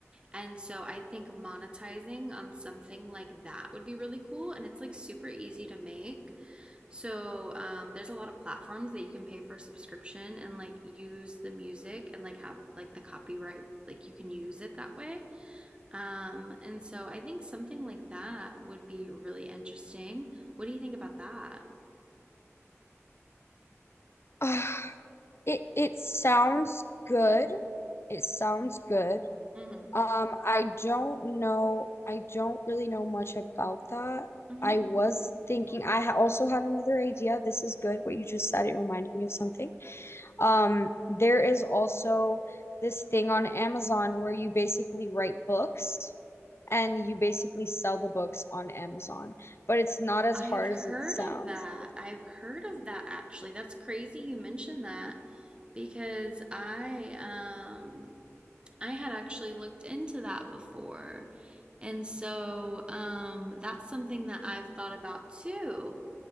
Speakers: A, on the right; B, on the left.
A: and so I think monetizing on something like that would be really cool. And it's like super easy to make. So um, there's a lot of platforms that you can pay for a subscription and like use the music and like have like the copyright, like you can use it that way. Um, and so I think something like that would be really interesting. What do you think about that?
B: <sighs> it it sounds good. It sounds good.
A: Mm-hmm.
B: Um, I don't know. I don't really know much about that.
A: Mm-hmm.
B: I was thinking, I ha also had another idea. This is good. What you just said, it reminded me of something. Um, there is also this thing on Amazon where you basically write books and you basically sell the books on Amazon, but it's not as
A: I've
B: hard
A: heard
B: as it sounds.
A: of that. I've heard of that actually. That's crazy you mentioned that because I um I had actually looked into that before. And so um, that's something that I've thought about too.